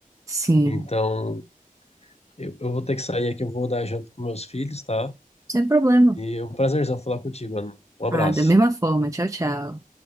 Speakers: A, on the right; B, on the left.
A: Sim,
B: Então, eu, eu vou ter que sair aqui, eu vou dar janta para meus filhos, tá?
A: sem problema.
B: E é um prazerzão falar contigo, Ana. Um abraço.
A: Ah, da mesma forma. Tchau, tchau.